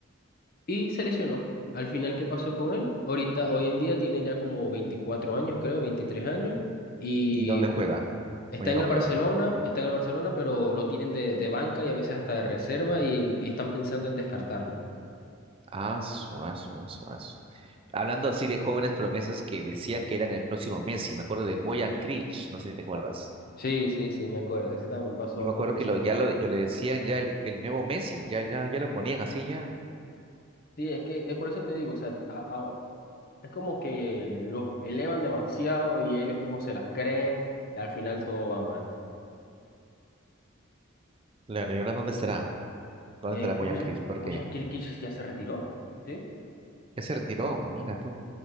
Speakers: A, on the left; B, on the right.
A: y se lesionó. Al final, ¿qué pasó con él? Ahorita, hoy en día tiene ya como 24 años, creo, 23 años y...
B: ¿Y dónde juega?
A: Está
B: ¿O ya
A: en
B: no
A: el
B: juega?
A: Barcelona, está en el Barcelona, pero lo tienen de, de banca y a veces hasta de reserva y y están pensando en descartarlo.
B: Ah, su, ah, su, ah, su, ah, su. Hablando así de jóvenes promesas que decían que eran el próximo Messi, me acuerdo de Boyan Krich, no sé si te acuerdas.
A: Sí, sí, sí, me acuerdo. Ese también pasó
B: Yo
A: algo
B: me acuerdo
A: muy
B: que
A: similar.
B: lo, ya lo, yo le decían ya el, el nuevo Messi, ya, ya, ya lo ponían así ya.
A: Sí, es que es por eso te digo, o sea, a- a- es como que los elevan demasiado y ellos mismos se las creen y al final todo va mal.
B: Claro, ¿y ahora dónde estará? ¿Dónde estará
A: Eh,
B: Boyan
A: Bojan,
B: Krich? Porque
A: Bojan Kirkic ya se retiró, ¿sí?
B: ya se retiró, mira tú.